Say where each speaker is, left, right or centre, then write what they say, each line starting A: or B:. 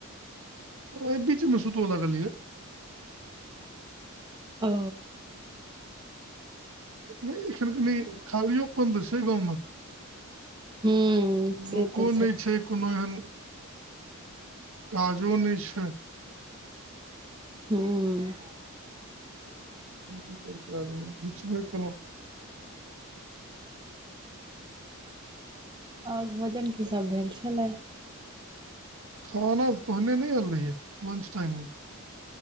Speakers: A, on the right; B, on the right.
A: ओइ बीच में सुतहो लगलियै।
B: ओ।
A: नै एखन कनि खालियोपन तऽ छै गाँव में।
B: हूँ से
A: लोको
B: तऽ
A: नै छै कुनो एहन। काजो नै छै।
B: हूँ।
A: तहन की करतै आदमी घीचबे केलौ।
B: ओर भोजन की सब भेल छलेह?
A: खाना तोहने नै एल रहियै लंच टाइम में।